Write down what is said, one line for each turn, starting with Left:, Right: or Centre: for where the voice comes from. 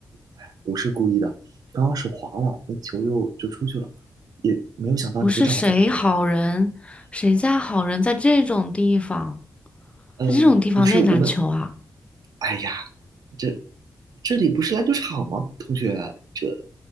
Right: 哎，不是故意的，刚刚手滑了，那球就就出去了，也没有想到你会正好在那边。
Left: 不是谁好人，谁家好人在这种地方，
Right: 呃，
Left: 在这种地方练篮球啊？
Right: 不是我们，哎呀，这这里不是篮球场吗？同学，这